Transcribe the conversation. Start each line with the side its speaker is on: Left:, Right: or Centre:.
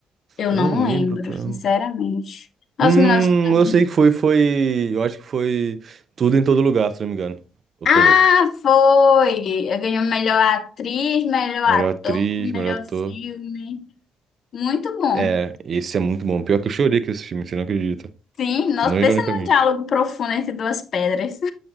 Left: Eu
Right: Eu
Left: não
Right: não lembro,
Left: lembro,
Right: cara.
Left: sinceramente. Nossa,
Right: Hum,
Left: 1990.
Right: eu sei que foi, foi, eu acho que foi Tudo em Todo Lugar, se não me engano. Eu
Left: Ah,
Right: tô louco.
Left: foi! Eu ganhei melhor atriz, melhor
Right: Melhor
Left: ator,
Right: atriz,
Left: melhor
Right: melhor ator.
Left: filme. Muito bom.
Right: É, esse é muito bom. Pior que eu chorei com esse filme, você não acredita.
Left: Sim, nós
Right: Não
Left: pensa
Right: ironicamente.
Left: num diálogo profundo entre duas pedras. <laughs>